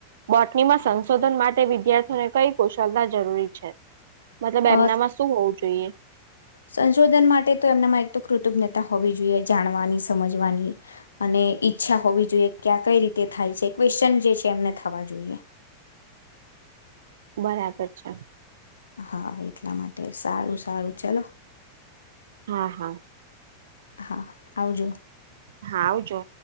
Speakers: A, on the right (about 60°); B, on the left (about 75°).
A: બોટનીમાં સંશોધન માટે વિદ્યાર્થીઓને કઈ કુશળતા જરૂરી છે મતલબ
B: અ
A: એમનામાં શું હોવું જોઈએ
B: સંશોધન માટે તો એમનામાં એક તો કૃતજ્ઞતા હોવી જોઈએ જાણવાની સમજવાની અને ઈચ્છા હોવી જોઈએ કે આ કઈ રીતે થાય છે ક્વેશ્ચન જે છે એમને થવા જોઈએ
A: બરાબર છે
B: હા એટલા માટે સારું સારું ચલો
A: હા હા
B: હા આવજો
A: હા આવજો